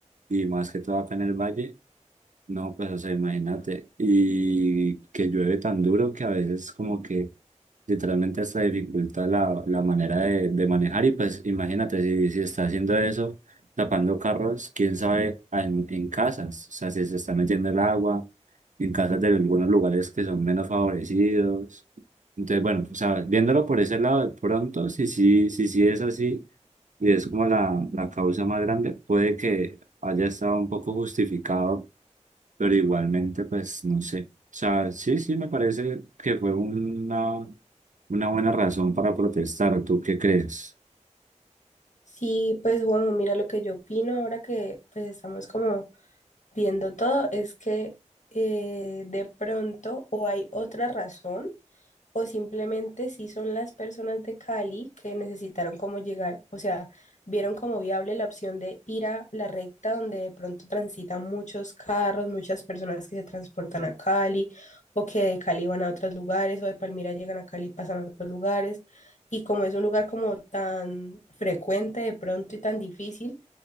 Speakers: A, on the right (about 85°); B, on the left (about 75°).
A: y más que todo acá en el valle. No, pues, o sea, imagínate. Y que llueve tan duro que a veces como que literalmente hasta dificulta la, la manera de, de manejar. Y pues imagínate, si, si está haciendo eso, tapando carros, quién sabe en, en casas. O sea, si se está metiendo el agua, en casas de algunos lugares que son menos favorecidos. Entonces, bueno, o sea, viéndolo por ese lado, de pronto, si sí, si, sí es así, y es como la, la causa más grande, puede que haya estado un poco justificado pero igualmente, pues no sé. O sea, sí, sí, me parece que fue una, una buena razón para protestar. ¿Tú qué crees?
B: Sí, pues bueno, mira lo que yo opino ahora que pues estamos como viendo todo es que eh, de pronto o hay otra razón o simplemente si son las personas de Cali que necesitaron cómo llegar, o sea, vieron como viable la opción de ir a la recta donde de pronto transitan muchos carros, muchas personas que se transportan a Cali o que de Cali van a otros lugares o de Palmira llegan a Cali y pasan a otros lugares. Y como es un lugar como tan frecuente de pronto y tan difícil,